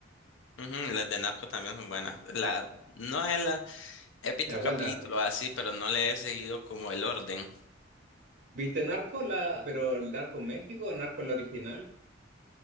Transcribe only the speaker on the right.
Pero
¿cuál narco?
¿Viste Narco, la, pero el Narco México o Narco la original?